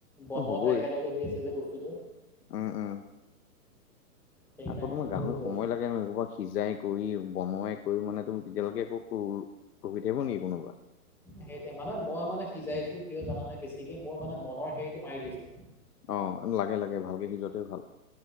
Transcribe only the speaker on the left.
হ'বই
উম, উম।
আকৌ তোমাৰ
গাহৰি সময় লাগে নহ এইসোপা সিজাই কৰি বনোৱাই কৰি মানে তুমি তেতিয়ালৈকে আকৌ ৰখি থাকিব নেকি কোনোবা?
অ', লাগে লাগে, ভালকে সিজোৱাটোৱে ভাল।